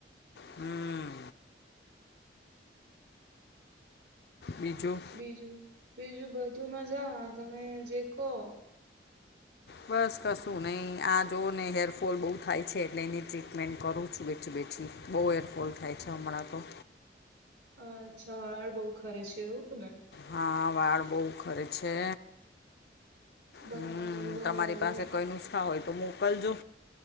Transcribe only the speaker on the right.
બીજું બીજું બધું મજામાં તમે જે કહો.
અચ્છા વાળ બહુ ખરે છે એવું ને?
બરાબર
બરાબર